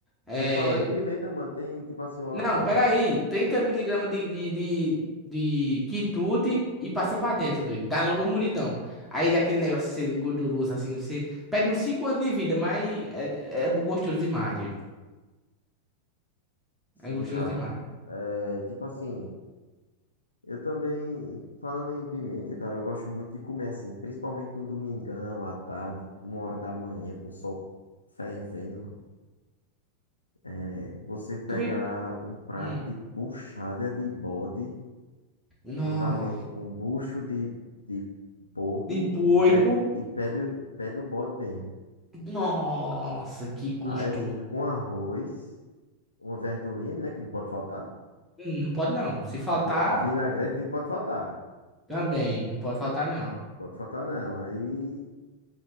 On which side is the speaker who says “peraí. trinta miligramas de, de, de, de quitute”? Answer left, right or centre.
Centre